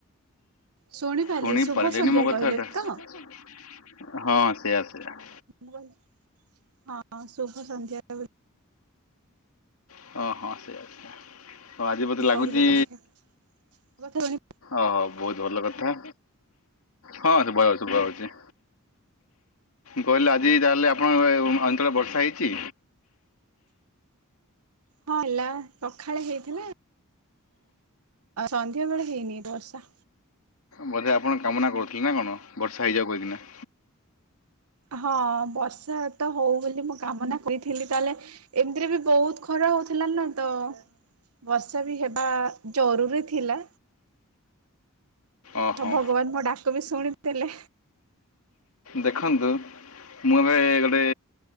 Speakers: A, on the right (about 80°); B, on the left (about 75°).
A: ଶୁଣିପାରିଲି
B: ଶୁଣି
A: ଶୁଭ
B: ପାରିଲେନି
A: ସନ୍ଧ୍ୟା
B: ମୋ କଥାଟା
A: କହିଲେ
B: ହଁ
A: ତ?
B: ସେଇୟା ସେୟା।
A: ମୁ ହଁ ଶୁଭ ସନ୍ଧ୍ୟା ବ
B: ହ ହଁ ସେଇଆ ସେଇଆ। ହଁ ଆଜି
A: ବୋଲି
B: ମତେ ଲାଗୁଛି
A: କହିଲେ ତ ମୋ କଥା ଶୁଣି
B: ଓହୋ ବହୁତ ଭଲ କଥା। ହଁ ଶୁଭ ହଉ ଶୁଭ ହଉଛି କହିଲି ଆଜି ତାହେଲେ ଆ ଆପଣଙ୍କ ଅ ଅଞ୍ଚଳ ବର୍ଷା ହେଇଛି।
A: ହଁ ହେଲା ସଖାଳେ ହେଇଥିଲା। ସନ୍ଧ୍ୟାବେଳେ ହେଇନି ବର୍ଷା।
B: ବୋଧେ ଆପଣ କାମନା କରୁଥିଲେ ନା କଣ ବର୍ଷା ହେଇଯାଉ କହିକିନା।
A: ହଁ ବର୍ଷା ତ ହଉ ବୋଲି ମୁଁ କାମନା କରିଥିଲି ତାହେଲେ ଏମିତିରେ ବି ବହୁତ ଖରା ହଉଥିଲା ନା ତ ବର୍ଷା ବି ହେବା ଜରୁରୀ ଥିଲା।
B: ଓହୋ।
A: ଆଉ ଭଗବାନ ମୋ ଡାକ ବି ଶୁଣି ଦେ ଥିଲେ।
B: ଦେଖନ୍ତୁ। ମୁଁ ଏବେ ଗୋଟେ